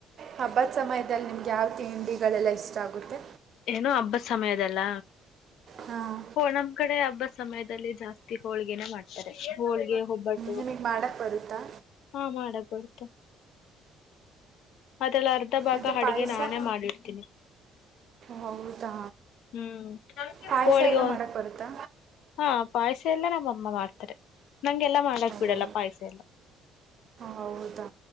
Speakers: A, on the right; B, on the left.
A: ಹಬ್ಬದ ಸಮಯದಲ್ಲಿ ನಿಮ್ಗೆ ಯಾವ ತಿಂಡಿಗಳೆಲ್ಲ ಇಷ್ಟ ಆಗುತ್ತೆ
B: ಏನೋ ಹಬ್ಬ ಸಮಯದಲ್ಲ
A: ಹಾಂ
B: ನಮ್ಮ್ ಕಡೆ ಹಬ್ಬಸ್ ಸಮಯದಲ್ಲಿ ಜಾಸ್ತಿ ಹೋಳ್ಗೆನ ಮಾಡ್ತಾರೆ ಹೋಳ್ಗೆ ಒಬ್ಬಟ್ಟು
A: ನಿಮಗೆ ಮಾಡೋಕ್ಕೆ ಬರುತ್ತಾ
B: ಹಾ ಮಾಡಕ್ ಬರುತ ಅದರ ಅರ್ಧ ಭಾಗ
A: ಮತ್ತು
B: ಅಡಿಗೆ
A: ಪಾಯಸ
B: ನಾನೇ ಮಾಡಿಡ್ತೀನಿ
A: ಹೌದಾ
B: ಹ್ಮ್
A: ಪಾಯಸ
B: ಹೋಳಿಗೆ
A: ಎಲ್ಲ ಮಾಡೋಕ್ಕೆ ಬರುತ್ತಾ
B: ಹಾ ಪಾಯಸ ಎಲ್ಲ ನಮ್ಮಮ್ಮ ವಾರ್ತೆರೆ ನಂಗೆಲ್ಲ ಮಾಡಲಾಕ್
A: ಓ
B: ಬಿಡಲ್ಲ ಪಾಯ್ಸ ಎಲ್ಲ
A: ಹೌದಾ